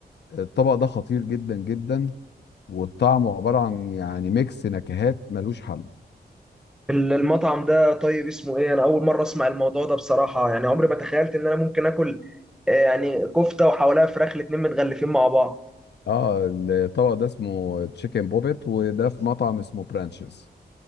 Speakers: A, on the left; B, in the centre.
A: الطبق ده خطير جدا جدا وطعمه عباره عن يعني ميكس نكهات ملوش حل
B: ال- المطعم ده طيب اسمه ايه انا اول مرة اسمع الموضوع ده بصراحة يعني عمري ما تخيلت ان انا ممكن اكل آه، يعني كفتة وحواليها فراخ الاتنين متغلفين مع بعض
A: اه الطبق ده اسمه تشيكن بوبيت وده في مطعم اسمه برانشز